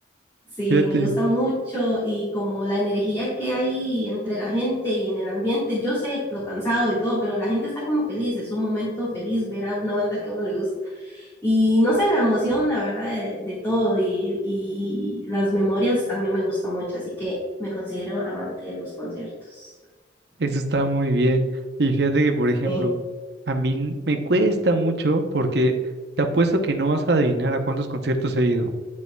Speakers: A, on the left; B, on the right.
A: sí,
B: Fíjate,
A: me gusta mucho y como la energía que hay entre la gente y en el ambiente, yo sé lo cansado y todo, pero la gente está como feliz, es un momento feliz ver a una banda que a uno le gusta. Y no sé, la emoción, la verdad, de, de todo y, y las memorias también me gustan mucho, así que me considero amante de los conciertos.
B: eso está muy bien. Y fíjate que, por ejemplo,
A: Sí.
B: a mí n- me cuesta mucho porque te apuesto que no vas a adivinar a cuántos conciertos he ido.